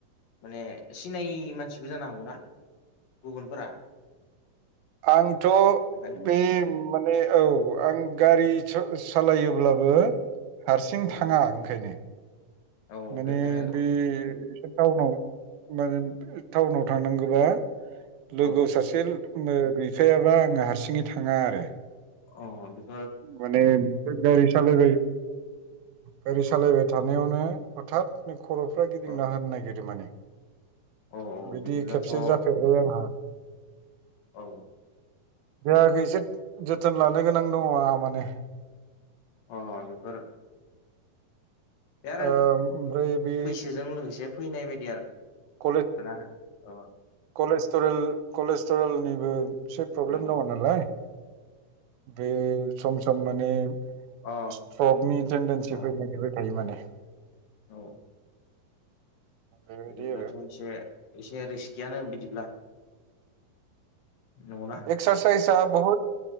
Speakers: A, on the left (about 70°); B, on the right (about 85°).
A: माने सिनायि मानसिबो जानो हागौना गुबुनफोरा
B: आंथ'
A: बेखायनो
B: बे माने औ आं गारि सालायोब्लाबो हारसिं
A: औ
B: थाङा ओंखायनो
A: औ
B: माने
A: बेखायनो
B: बे नोंसोर टाउनाव माने टाउनाव थांनांगौबा लोगो
A: औ
B: सासे नो गैफायाबा आङो हारसिङै थाङा आरो
A: अ
B: माने बे गारि सालायबाय गारि सालायबाय थानायावनो हथात खर'फ्रा गिदिंना
A: औ
B: होनो नागिरो माने
A: औ
B: बिदि
A: बिदिब्लाथ'
B: खेबसे
A: औ
B: जाफेरबाय आंहा
A: औ
B: देहाखौ एसे जोथोन लानो गोनां दङ आंहा माने
A: अ बेफोर बे आरो
B: ओ ओमफ्राय बे
A: बैसोजों लोगोसे फैनाय बायदि आरो
B: खले
A: माना औ
B: कलेजटलेर कलेस्टरेलनिबो एसे प्रब्लेम
A: नंगौ
B: दङ नालाय बे सम सम माने
A: अ
B: स्रकनिजेडन्सि
A: औ
B: फैनो नागिरबाय थायो
A: औ
B: माने
A: औ
B: बेबायदि
A: बिदिब्लाथ'
B: आरो
A: एसे एसे रिस गैय न बिदिब्ला नंगौना
B: एक्सारसाइजआ बहुत